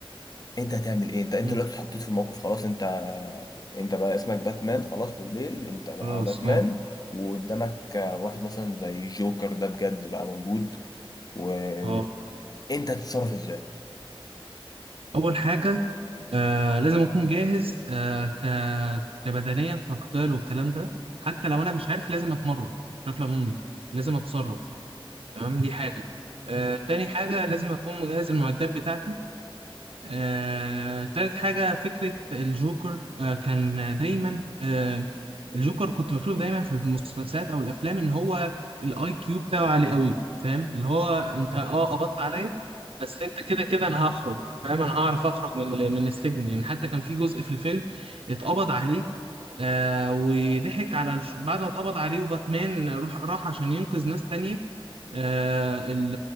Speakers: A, on the left; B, on the right.
A: انت هتعمل ايه انت انت
B: مم،
A: دلوقتي اتحطيت في موقف خلاص انت انت بقى اسمك باتمان خلاص بالليل انت بقى
B: خلاص
A: باتمان
B: اه
A: وقدامك واحد مثلا زي الجوكر ده بجد بقى موجود وانت
B: اه
A: هتتصرف ازاي
B: أول حاجة آه لازم أكون جاهز آه ك... كبدنيا كقتال والكلام ده حتى لو أنا مش عارف لازم أتمرن بشكل عمومي لازم أتصرف تمام دي حاجة آه تاني حاجة لازم أكون مجهز المعدات بتاعتي آه، تالت حاجة فكرة الجوكر آه، كان دايما آه، الجوكر كنت بشوفه دايما في المسلسلات أو الأفلام إن هو الأي كيو بتاعه عالي قوي فاهم اللي هو أنت أه قبضت عليا بس أنت كده كده أنا هخرج فاهم أنا هعرف أخرج من من السجن يعني حتى كان في جزء في الفيلم اتقبض عليه آه وضحك على الش... بعد ما اتقبض عليه وباتمان روح راح عشان ينقذ ناس تانية آه ال...